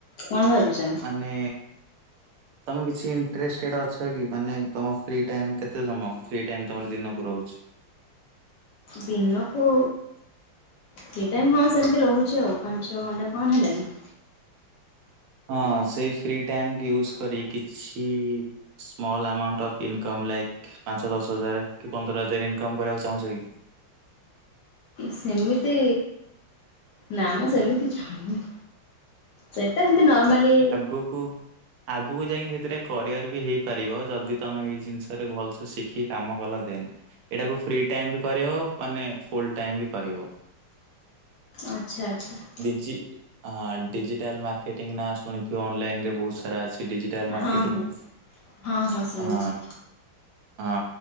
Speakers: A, on the left; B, on the right.
A: କଣ ଭାବିଛ?
B: ନେ ତମେ କିଛି ଇଣ୍ଟ୍ରେଷ୍ଟେଡ୍ ଅଛ କି ମାନେ ତମ ଫ୍ରି ଟାଇମ୍ କେତେ ସମୟ? ଫ୍ରି ଟାଇମ୍ ତମର ଦିନକୁ ରହୁଛି?
A: ଦିନକୁ ଫ୍ରି ଟାଇମ୍ ହଁ ସେମିତି ରହୁଛି ଆଉ। ପାଞ୍ଚ ଛଅ ଘଣ୍ଟା କଣ ହେଲା କି?
B: ହଁ ସେ ଫ୍ରି ଟାଇମ୍ କୁ ୟୁଜ୍ କରି କିଛି ସ୍ମଲ୍ ଆକାଉଣ୍ଟ୍ ର ପିନ୍ କମ୍ ଲାଇକ୍, ପାଞ୍ଚ ଦଶ ହଜାର କି ପନ୍ଦର ହଜାର ଇନ୍କମ୍ କରିବାକୁ ଚାହୁଁଛ କି?
A: ସେମିତି, ନା ମ ସେମିତି ଚାହୁଁନି। ସେଇଟା ହେମିତି ନର୍ମାଲି
B: ଗୁପୂ ଆଗକୁ ଯାଇଙ୍କି ହେଥିରେ କରିଅର ବି ହେଇପାରିବ ଯଦି ତମେ ଏଇ ଜିନ୍ସରେ ଭଲ୍ସେ ଶିଖି କାମ କଲ ଦେନ୍। ଏଇଟାକୁ ଫ୍ରି ଟାଇମ୍ ବି କରିହବ, ମାନେ ଫୁଲ୍ ଟାଇମ୍ ବି କରିହବ।
A: ଆଚ୍ଛା ଆଚ୍ଛା।
B: ଡିଜି ଅଁ ଡିଜିଟାଲ୍ ମାର୍କେଟିଂ ନା ଶୁଣିଥିବ, ଅନଲାଇନ୍ ରେ ବୋହୁତ୍ ସାରା ଆସେ ଡିଜିଟାଲ୍ ମାର୍କେଟିଂ,
A: ହଁ ହଁ ହଁ ଶୁଣିଛି।
B: ହଁ ହଁ